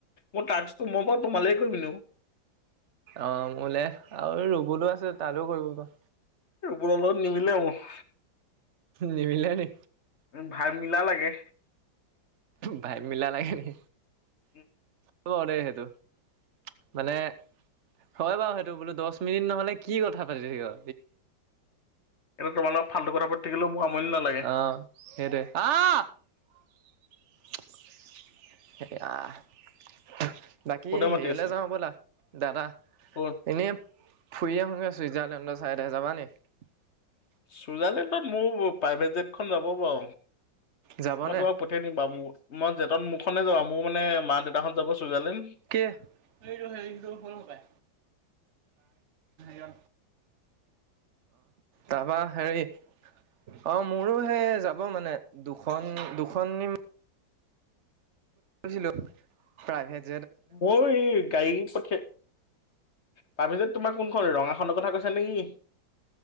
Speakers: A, on the left; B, on the right.
A: মোৰ টাস্কটো মই বাৰু তোমালেই কৰিম এনেও।
B: অ', মোলে আৰু ৰুবলো আছে তালেও কৰিব পৰা।
A: এইবোৰৰ লগত নিমিলে মোৰ।
B: নিমিলে নি?
A: উম, ভাইব মিলা লাগে।
B: ভাইব মিলা লাগে নি?
A: উম,
B: হয় বাৰু দে সেইটো মানে হয় বাৰু সেইটো বোলো দশ মিনিট নহলে কি কথা পাতি থাকিবা?
A: এটো তোমাৰ লগত ফাল্টু কথা পাতি থাকিলেও মোৰ আমনি
B: অ',
A: নালাগে
B: সেইটোৱে। সেয়া বাকী হেৰিয়লে যাওঁ ব'লা দাদা
A: ক'তে
B: এনেই
A: মাতি আছো
B: ফুৰি আহোঁগে
A: ক'ত
B: চুইজাৰলেণ্ডৰ চাইডে যাবা নি?
A: চুইজাৰলেণ্ডত মোৰ প্ৰাইভেট জেটখন যাব বাৰু
B: যাবনে
A: মই তোমাক পঠিয়াই দিম বাৰু ম মই জেতট মুখনে যাবা মোৰ মানে মা দেউতা হত যাব চুইজাৰলেণ্ড
B: কি এইটো হেৰিটো হ'ল সপাই। অ', তাৰপা হেৰি অ', মোৰো সে যাব মানে দুখন দুখন নিম ছিলো প্ৰায়ভেট
A: ময়ো এই গাড়ী পঠিয়াই তাৰ পিছত তোমাৰ কোনখন ৰঙা খনৰ কথা কৈছা নেকি?